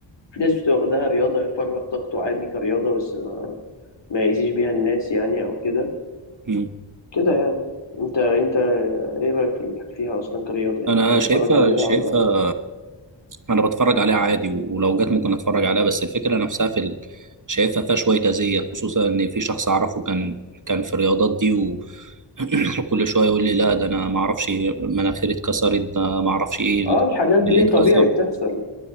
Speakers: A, on the left; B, on the right.
A: في ناس بتبقى واخدها رياضة يفرغ طاقته عادي كرياضة بس ما ما يأذيش بيها الناس يعني او كده
B: مم.
A: كده يعني انت انت ايه رأيك في ال- فيها اصلا كرياضة يعني
B: انا
A: تحب
B: شايفها
A: تتفرج عليها
B: شايفها
A: ولا
B: انا بتفرج عليها عادي ولو جت ممكن اتفرج عليها بس الفكره نفسها في ال... شايفها فيها شويه اذيه خصوصا ان في شخص اعرفه كان كان في الرياضات دي و... <clears throat> وكل شويه يقول لي لا ده انا ما اعرفش مناخيري اتكسرت ده ما اعرفش ايه ال-
A: اه الحاجات دي
B: إيه اللي اتكسر
A: طبيعي بتحصل